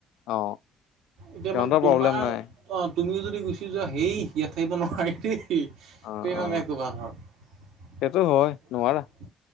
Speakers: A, on the left; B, on the right.
A: অ
B: এতিয়া
A: সিহঁতৰ
B: মানে তোমাৰ,
A: প্ৰব্লেম
B: <unintelligible>
A: নাই
B: তুমিও যদি গুচি যোৱা, হেই ইয়াত থাকিব নোৱাৰি। <unintelligible>
A: অ অ সেইটো হয় নোৱাৰা